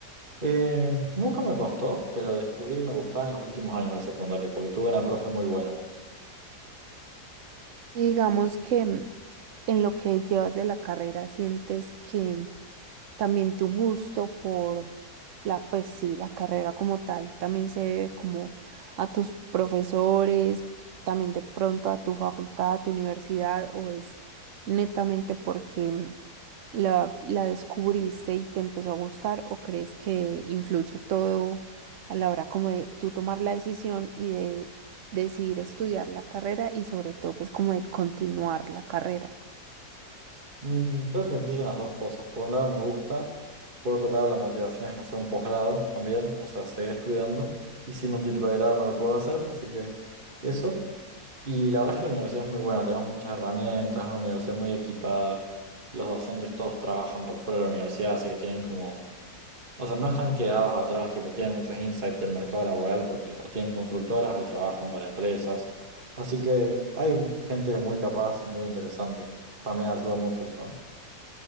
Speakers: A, on the right (about 35°); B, on the right (about 60°).
A: Eh, nunca me costó, pero descubrí que me gustaba en los últimos años de secundaria, porque tuve una profe muy buena.
B: Y digamos que mm, en lo que llevas de la carrera sientes que También tu gusto por la, pues sí, la carrera como tal, también se debe como a tus profesores, también de pronto a tu facultad, a tu universidad, o es netamente porque la, la descubriste y te empezó a gustar, o crees que influye todo a la hora como de tú tomar la decisión y de decidir estudiar la carrera y sobre todo pues como de continuar la carrera.
A: Mm, creo que influyen las dos cosas. Por un lado me gusta, por otro lado la motivación es hacer un posgrado también, o sea, seguir estudiando, y sin un título de grado no lo puedo hacer, así que eso. Y la verdad es que la universidad es muy buena, tenemos muchas herramientas, es una universidad muy equipada, los docentes todos trabajan por fuera de la universidad, así que tienen como O sea, no están quedados atrás, tipo, tienen muchos insights del mercado laboral porque o tienen consultoras o trabajan para empresas. Así que hay gente muy capaz y muy interesante. También ayuda mucho eso